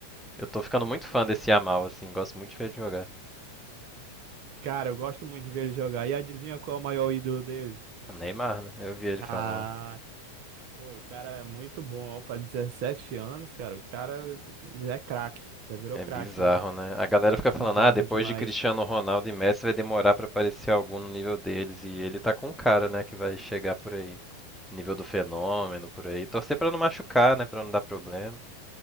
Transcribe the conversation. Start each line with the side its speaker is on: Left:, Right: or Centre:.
Centre: Eu tô ficando muito fã desse Yamal, assim, gosto muito de ver ele jogar.
Right: Cara, eu gosto muito de ver ele jogar. E adivinha qual é o maior ídolo dele?
Centre: Neymar, né? Eu vi ele
Right: Ah,
Centre: falando.
Right: pô, o cara é muito bom. para 17 anos, cara, o cara é craque. Já virou
Centre: É
Right: craque,
Centre: bizarro,
Right: né?
Centre: né? A galera fica
Right: Bizarro
Centre: falando, ah, depois
Right: demais.
Centre: de Cristiano Ronaldo e Messi vai demorar pra aparecer algum no nível deles. E ele tá com um cara, né, que vai chegar por aí. Nível do fenômeno, por aí. Torcer pra não machucar, né, pra não dar problema.